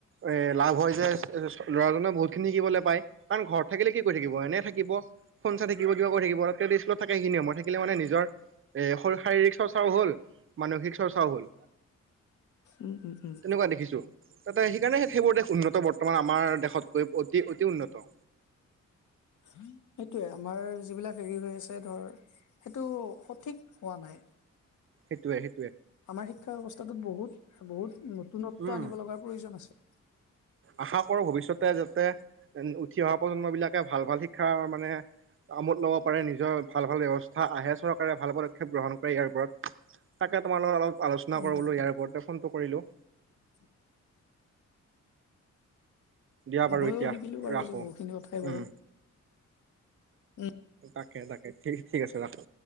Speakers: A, on the right; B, on the left.
A: এ লাভ হয় যে ল'ৰাজনে বহুতখিনি শিকিবলৈ পায় কাৰণ ঘৰত থাকিলে কি কৰি থাকিব এনে থাকিব ফোন চাই থাকিব কিবা কৰি থাকিব স্কুলত থাকে সেইখিনি সময় থাকিলে মানে নিজৰ এ শ শাৰীৰিক চৰ্চাও হল মানসিক চৰ্চাও হ'ল
B: উম উম উম
A: তেনেকুৱা দেখিছো তাতে সেইকাৰণে সেইবোৰ দেশ উন্নত বৰ্তমান আমাৰ দেশতকৈ অতি অতি উন্নত
B: সেইটোয়ে আমাৰ যিবিলাক হেৰি হৈ আছে ধৰ সেইটো সঠিক হোৱা নাই
A: সেইটোৱে
B: আমাৰ শিক্ষা ব্যৱস্থাটোত বহুত বহুত নতুনত্ব
A: উম
B: আনিব লগাৰ প্ৰয়োজন আছে
A: আশা কৰো ভৱিষ্যতে যাতে উঠি অহা প্ৰজন্ম বিলাকে ভাল ভাল শিক্ষাৰ মানে <unintelligible> নিজৰ ভাল ভাল ব্যৱস্থা আহে চৰকাৰে ভাল পদক্ষেপ গ্ৰহণ কৰে ইয়াৰ ওপৰত তাকে তোমালগত অলপ আলোচনা
B: উম
A: কৰিবলৈ ইয়াৰ ওপৰতে ফোনটো কৰিলোঁ
B: <inaudible>
A: দিয়া বাৰু
B: ময়ো
A: এতিয়া
B: শিকিলো বাৰু
A: ৰাখোঁ
B: আজি বহুতখিনি কথাই
A: উম
B: বাৰু উম
A: তাকে তাকে ঠিক আছে ৰাখো